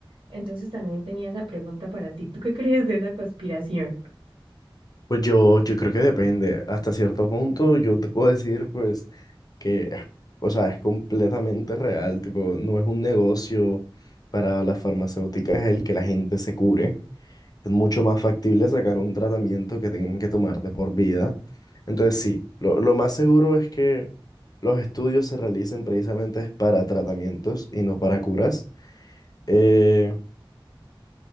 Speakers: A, on the right; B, on the left.
A: Entonces también tenía esa pregunta para ti. ¿Tú qué crees de esa conspiración?
B: Pues yo, yo creo que depende. Hasta cierto punto yo te puedo decir, pues, que, es- o sea, es completamente real, tipo, no es un negocio para las farmacéuticas el que la gente se cure. es mucho más factible sacar un tratamiento que tengan que tomar de por vida. Entonces, sí, lo, lo más seguro es que los estudios se realicen precisamente para tratamientos y no para curas. Eh,